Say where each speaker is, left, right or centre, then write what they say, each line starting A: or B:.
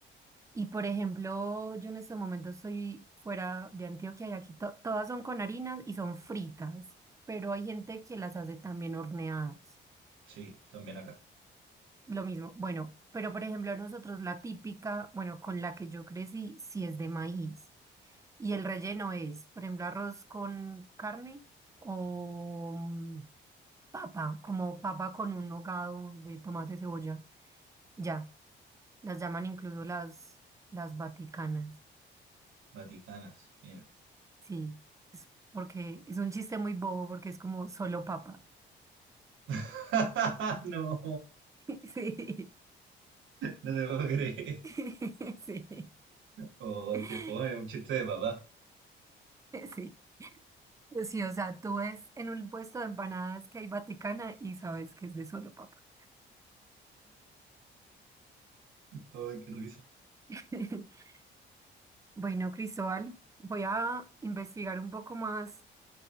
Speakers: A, on the right (about 15°); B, on the right (about 75°).
A: Y por ejemplo, yo en este momento estoy fuera de Antioquia y aquí to- todas son con harinas y son fritas, pero hay gente que las hace también horneadas.
B: Sí, también acá.
A: Lo mismo. Bueno, pero por ejemplo, nosotros la típica, bueno, con la que yo crecí, sí es de maíz. Y el relleno es, por ejemplo, arroz con carne o mm, papa, como papa con un hogado de tomate, cebolla. Ya, las llaman incluso las, las vaticanas.
B: Vaticanas, mira.
A: Sí, es porque es un chiste muy bobo porque es como solo papa.
B: <laughs> No,
A: <laughs> Sí,
B: no te puedo creer.
A: <laughs> sí,
B: Ay,
A: <laughs>
B: qué fome, un chiste de papá.
A: sí. Sí, o sea, tú ves en un puesto de empanadas que hay Vaticana y sabes que es de solo papa.
B: Ay, qué risa.
A: <laughs> Bueno, Cristóbal, voy a investigar un poco más